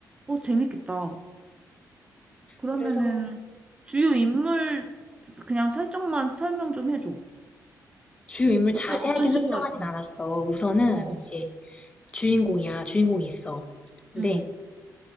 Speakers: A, on the right (about 15°); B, on the left (about 20°).
A: 어, 재밌겠다. 그러면은
B: 그래서
A: 주요 인물 그냥 설정만 설명 좀 해줘.
B: 주요 인물 자세하게
A: 어떤 어떤 식으로
B: 설정하진
A: 할 건데?
B: 않았어. 우선은
A: 어.
B: 이제 주인공이야. 주인공이 있어. 근데
A: 응.